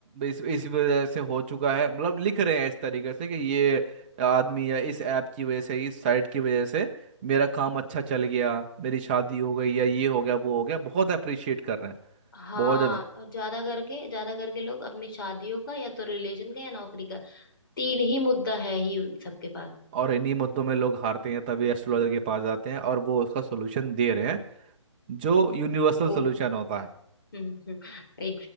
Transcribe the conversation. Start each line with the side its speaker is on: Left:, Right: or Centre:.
Right: इस इस वजह से हो चुका है मतलब लिख रहे हैं इस तरीके से कि ये आदमी या इस ऐप की वजह से इस साइट की वजह से मेरा काम अच्छा चल गया मेरी शादी हो गई या ये हो गया वो हो गया बहुत अप्रिशिएट कर रहे हैं
Left: हाँ
Right: बहुत ज़्यादा
Left: और ज्यादा करके ज्यादा करके लोग अपनी शादियों का या तो रिलेशन का या नौकरी का तीन ही मुद्दा है ही उन सबके पास
Right: और इन्हीं मुद्दों में लोग हारते हैं तभी एस्ट्रोलॉजर के पास जाते हैं और वो उसका सोल्यूशन दे रहे हैं जो यूनिवर्सल
Left: वो
Right: सोल्यूशन होता है
Left: <laughs> एग्जैक्टली